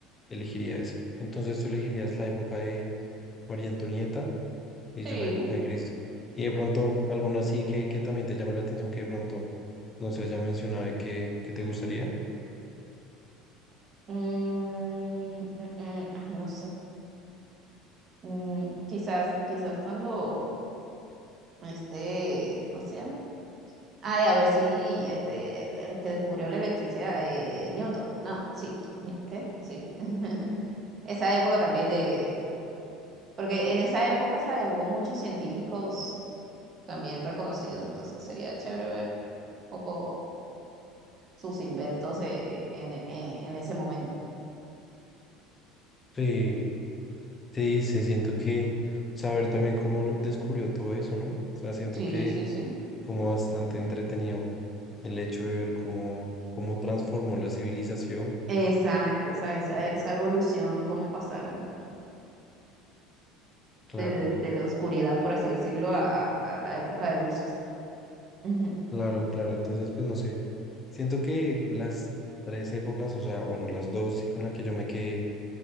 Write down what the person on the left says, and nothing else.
elegiría esa. Entonces tú elegirías la época de María Antonieta y yo
la época de Cristo. Y de pronto alguna así que, que también te llame la atención que de pronto no se haya mencionado y que, que te gustaría.
Sí. Sí, se siento que saber también cómo lo descubrió todo eso, ¿no? O sea, siento
que
como bastante entretenido el hecho de ver cómo, cómo transformó la civilización.
Claro,
claro, claro. Entonces, pues no sé. Siento que las tres épocas, o sea, bueno, las dos y con la que yo me quedé,